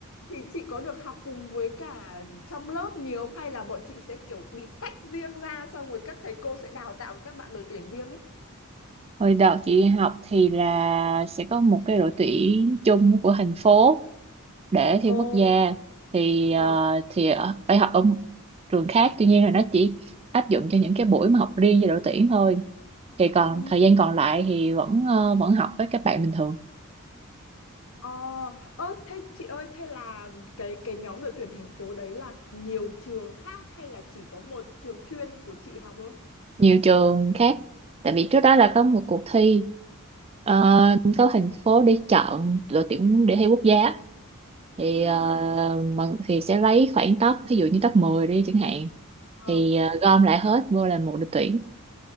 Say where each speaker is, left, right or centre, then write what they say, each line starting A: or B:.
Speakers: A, on the left; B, on the right.
A: thì chị có được học cùng với cả trong lớp nhiều không hay là bọn chị sẽ kiểu bị tách riêng ra xong rồi các thầy cô sẽ đào tạo các bạn đội tuyển riêng ấy?
B: hồi đợt chị học thì là sẽ có một cái đội tuyển chung của thành phố để thi
A: Ồ,
B: quốc gia thì ờ,
A: ờ,
B: thì ở- phải học ở một trường khác tuy nhiên là nó chỉ áp dụng cho những cái buổi mà học riêng cho đội tuyển thôi thì còn
A: ừ,
B: thời gian còn lại thì vẫn ờ, vẫn học với các bạn bình thường
A: ờ, ơ, thế chị ơi, thế là cái cái nhóm đội tuyển thành phố đấy là nhiều trường khác hay là chỉ có một trường chuyên của chị học thôi?
B: nhiều trường khác tại vì trước đó là có một cuộc thi ờ,
A: Ờ.
B: có thành phố để chọn đội tuyển để thi quốc gia thì
A: Ừ, ừ,
B: ờ,
A: ừ, ừ.
B: mà thì sẽ lấy khoảng top ví dụ như top 10 đi chẳng hạn
A: Ờ,
B: thì ờ, gom lại hết vô là một đội tuyển